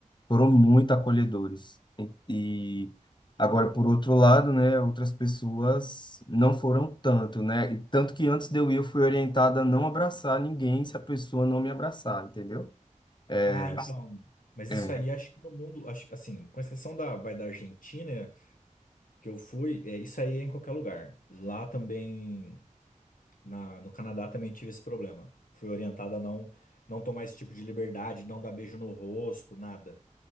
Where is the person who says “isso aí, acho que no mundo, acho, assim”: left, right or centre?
Left